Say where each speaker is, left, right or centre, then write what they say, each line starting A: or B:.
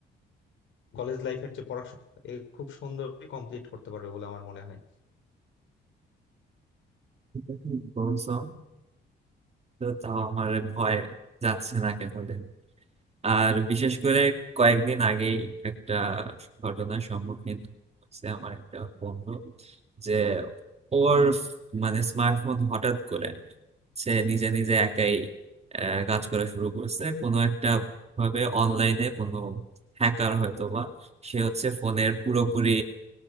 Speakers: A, on the left (about 75°); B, on the right (about 30°).
A: কলেজ লাইফের যে পড়াশোনা এ খুব সুন্দরভাবে কমপ্লিট করতে পারবে বলে আমার মনে হয়
B: এটা ঠিক বলছো তো তাও আমার ভয় যাচ্ছে না কেন রে। আর বিশেষ করে কয়েকদিন আগেই একটা ঘটনার সম্মুখীন হচ্ছে আমার একটা বন্ধু যে ওর মানে স্মার্টফোন হঠাৎ করে সে নিজে নিজে একাই আহ, কাজ করা শুরু করছে কোনো একটা ভাবে অনলাইনে কোনো হ্যাকার হয়তো বা সে হচ্ছে ফোনের পুরোপুরি